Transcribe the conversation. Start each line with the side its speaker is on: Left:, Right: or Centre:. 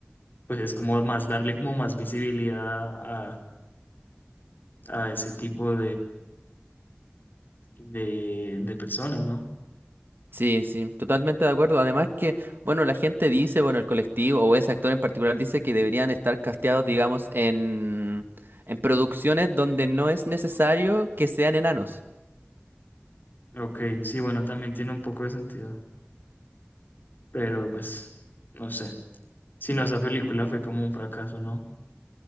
Left: pues es como más darle como más visibilidad a, a ese tipo de, de personas, ¿no?
Right: Sí, sí, totalmente de acuerdo. Además que, bueno, la gente dice, bueno, el colectivo o ese actor en particular dice que deberían estar casteados, digamos, en, en producciones donde no es necesario que sean enanos.
Left: Ok, sí, bueno, también tiene un poco de sentido, pero pues, no sé. Si no, esa película fue como un fracaso, ¿no?